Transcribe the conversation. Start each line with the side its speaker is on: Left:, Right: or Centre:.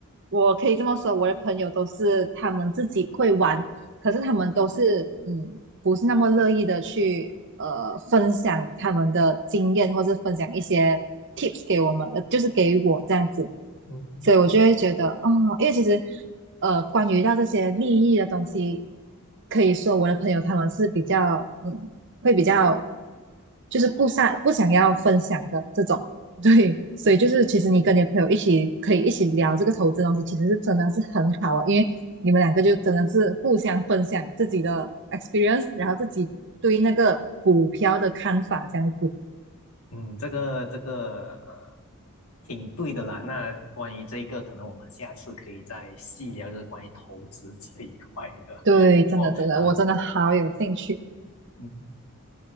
Right: 我可以这么说，我的朋友都是他们自己会玩，可是他们都是嗯，不是那么乐意的去呃分享他们的经验，或是分享一些 tips 给我们，呃，就是给我这样子，
Left: 嗯。
Right: 所以我就会觉得哦，因为其实呃，关于到这些利益的东西，可以说我的朋友他们是比较嗯，会比较就是不想不想要分享的这种。对，所以就是其实你跟你的朋友一起可以一起聊这个投资的东西，其实是真的是很好啊，因为你们两个就真的是互相分享自己的 experience，然后自己对那个股票的看法这样子。
Left: 嗯，这个这个呃，挺对的啦。那关于这个，可能我们下次可以再细聊，就是关于投资这一块的。
Right: 对，真的真的，
Left: 哦，啊、
Right: 我真的好有兴趣。
Left: 就嗯，